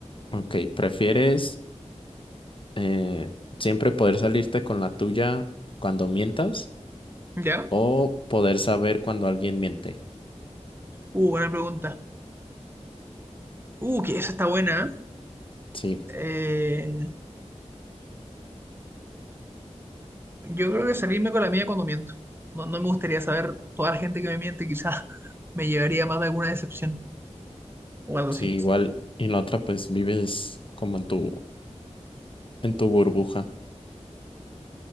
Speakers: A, on the left; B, on the right.
A: Ok, ¿prefieres eh, siempre poder salirte con la tuya cuando mientas
B: ¿Ya?
A: o poder saber cuando alguien miente?
B: Uh, buena pregunta. Uh, que esa está buena.
A: Sí,
B: ¿eh? Eh, yo creo que salirme con la mía cuando miento. No, no me gustaría saber toda la gente que me miente, quizás <laughs> me llevaría más de alguna decepción o algo
A: sí,
B: así.
A: igual Y en la otra pues vives como en tu, en tu burbuja.